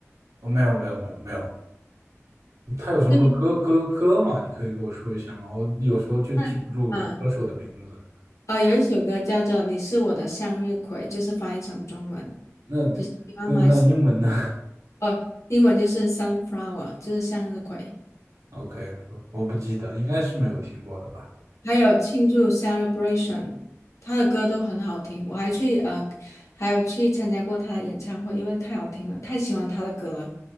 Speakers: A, on the right (about 80°); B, on the left (about 70°).
A: 哦没有没有没有没有，他有什么歌歌歌吗？
B: 对，
A: 你可以给我说一下吗？我有时候就记不住歌手的名字。
B: 那啊啊 <laughs>，有一首歌叫做《你是我的向日葵》，就是翻译成中文
A: 那
B: 就是 You are
A: 那那英文呢
B: my sun- 哦，英文就是 sunflower，就是向日葵。
A: <laughs>？OK，我不记得，应该是没有听过的吧。
B: 还有庆祝 Celebration，他的歌都很好听，我还去呃，还有去参加过他的演唱会，因为太好听了，太喜欢他的歌了。